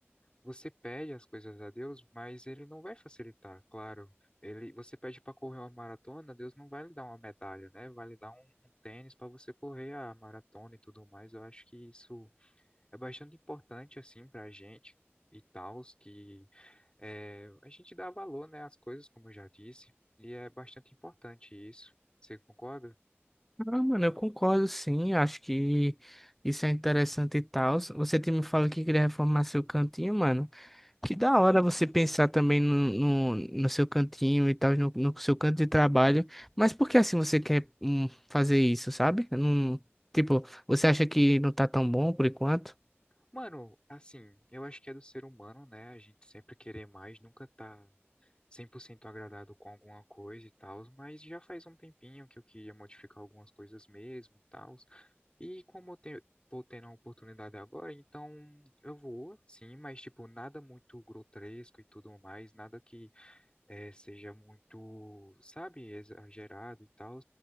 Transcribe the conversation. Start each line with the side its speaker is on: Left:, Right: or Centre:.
Left: você pede as coisas a Deus, mas ele não vai facilitar, claro. Ele, você pede para correr uma maratona, Deus não vai lhe dar uma medalha, né? Vai lhe dar um, um tênis para você correr a maratona e tudo mais. Eu acho que isso é bastante importante assim para a gente e tal, que é, a gente dá valor, né, às coisas, como eu já disse, e é bastante importante isso. Você concorda?
Centre: Ah, mano, eu concordo sim, acho que isso é interessante e tal. Você tinha me falado que queria reformar seu cantinho, mano. Que da hora você pensar também no, no, no seu cantinho e tal, no, no seu canto de trabalho. Mas por que assim você quer hum, fazer isso, sabe? Eu Não, tipo, você acha que não tá tão bom por enquanto?
Left: Mano, assim, eu acho que é do ser humano, né? A gente sempre querer mais, nunca tá 100% agradado com alguma coisa e tal, mas já faz um tempinho que eu queria modificar algumas coisas mesmo e tal. E como eu tenho, tô tendo a oportunidade agora, então eu vou, sim, mas tipo, nada muito grotesco e tudo mais, nada que eh, seja muito, sabe, exagerado e tal.